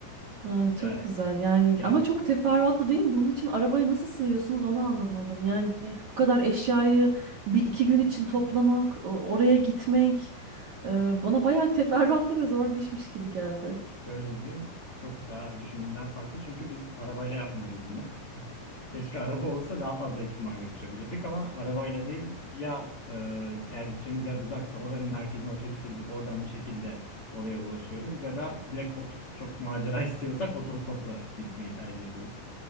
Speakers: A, on the right (about 55°); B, on the left (about 45°).
A: Ha,
B: Yani,
A: çok güzel yani
B: yani
A: ama çok teferruatlı değil mi? Bunun için arabaya nasıl sığıyorsunuz onu anlamadım. Yani bu kadar eşyayı bir iki gün için toplamak, o- oraya gitmek e, bana bayağı teferruatlı ve zor bir işmiş gibi geldi.
B: şöyle diyeyim çok daha düşündüğümden farklı çünkü biz arabayla yapmıyoruz bunu. <laughs> Keşke araba olsa daha fazla ekipman götürebilirdik ama arabayla değil ya e, eğer gideceğimiz yer uzaksa oranın merkezine otobüsle gidip oradan bir şekilde oraya ulaşıyoruz ya da direkt ot- çok macera <laughs> istiyorsak otostopla gitmeyi tercih ediyoruz.